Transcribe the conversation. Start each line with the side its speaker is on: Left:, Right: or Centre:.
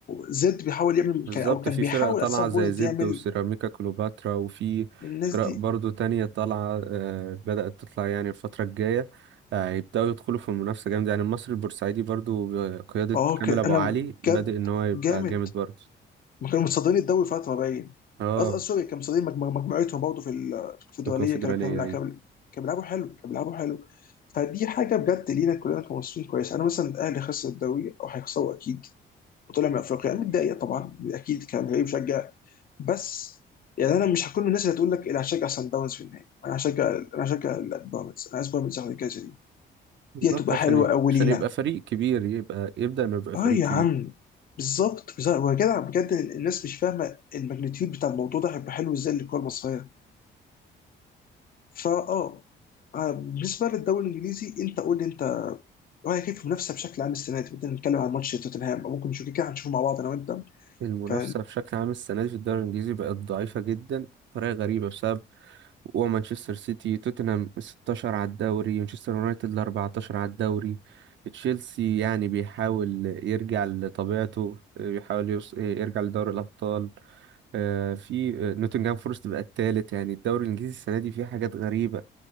Left: زد بيحاول يعمل
Right: بالظبط
Left: كان- او كان
Right: في
Left: بيحاول
Right: فرق طالعة
Left: ات سام
Right: زي
Left: بوينت
Right: زد
Left: يعمل
Right: وسيراميكا كليوباترا وفي
Left: الناس
Right: فرق
Left: دي
Right: برضو تانية طالعة آه، بدأت تطلع يعني الفترة الجاية آه، هيبدأوا يدخلوا في المنافسة جامد يعني المصري البورسعيدي برضو بقيادة
Left: اه
Right: كامل
Left: كان-
Right: أبو
Left: انا
Right: علي بادئ
Left: بجد
Right: إن هو يبقى
Left: جامد
Right: جامد برضو
Left: ما كانوا متصدرين الدوري فتره باين
Right: اه
Left: أز- أز- سوري كانوا متصدرين مجمو- مجموعتهم برضه في ال- في
Right: في
Left: الدوليه
Right: الكونفدرالية
Left: كانوا كانوا لا،
Right: أيوة
Left: كانوا كانوا بيلعبوا حلو كانوا بيلعبوا حلو فدي حاجه بجد لينا كلنا كمصريين كويس انا مثلا الاهلي خسر الدوري او هيخسروا اكيد وطلع من افريقيا انا متضايق طبعا اكيد كمشجع مشجع بس يعني انا مش هكون من الناس اللي هتقول لك انا هشجع سان داونز في النهائي انا هشجع انا هشجع ال- بيراميدز انا عايز بيراميدز ياخد الجائزه دي
Right: بالظبط
Left: دي هتبقى
Right: عشان
Left: حلوه
Right: ي-
Left: قوي
Right: عشان
Left: لينا
Right: يبقى فريق كبير يبقى يبدأ إنه يبقى
Left: اه
Right: فريق
Left: يا
Right: كبير
Left: عم بالظبط بالظبط ويا جدع بجد الناس مش فاهمه الماجنتيود بتاع الموضوع ده هيبقى حلو ازاي للكره المصريه فا اه آه، بالنسبه للدوري الانجليزي انت قول لي انت رايك كيف في المنافسه بشكل عام السنه دي بدنا نتكلم عن ماتش توتنهام او ممكن نشوف كده هنشوفه مع بعض انا وانت
Right: المنافسة
Left: ف
Right: بشكل عام السنة دي في الدوري الإنجليزي بقت ضعيفة جدا بطريقة غريبة بسبب ومانشستر سيتي توتنهام 16 على الدوري مانشستر يونايتد 14 على الدوري تشيلسي يعني بيحاول يرجع لطبيعته بيحاول يوص... يرجع لدوري الأبطال آه، في آه، نوتنغهام فورست بقى الثالث يعني الدوري الإنجليزي السنة دي فيه حاجات غريبة